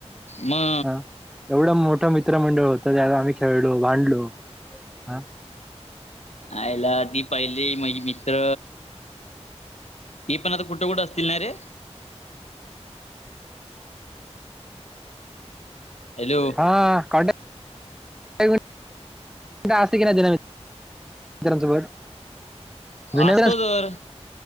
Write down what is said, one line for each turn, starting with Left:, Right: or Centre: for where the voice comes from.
Left: म अ
Centre: ह एवढं मोठं मित्रमंडळ होतं त्यात आम्ही खेळलो, भांडलो. हा
Left: आयला ती पाहिले माझी मित्र ती पण आता कुठं कुठं असतील ना रे? हॅलो
Centre: हा कॉन्टाक <unintelligible> <inaudible> मित्रांसोबत. जुन्या
Left: असतो
Centre: मित्रां-
Left: तर.